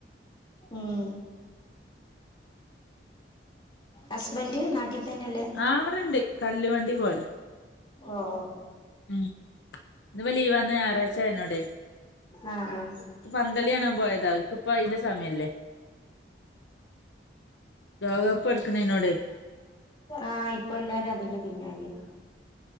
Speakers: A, on the left; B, on the left.
A: ഉം ഹസ്ബൻഡ് നാട്ടിൽ തന്നെയല്ലേ
B: ആ ഇവിടെണ്ട് കല്ലുവണ്ടി പോവലാ
A: ഓഹ് ഓഹ്
B: ഉം ഇന്ന് ലീവന്ന് ഞായറാഴ്ചആയതോണ്ടേ
A: ആഹ്
B: പന്തല് കാണാൻ പോയത അവർക്കിപ്പം അയിന്റെ സമയല്ലേ ലോകകപ്പ് എടുക്കണേനോടെ
A: ആ ഇപ്പൊ എല്ലാരും അതിന്റെ പിന്നാലെയാണ്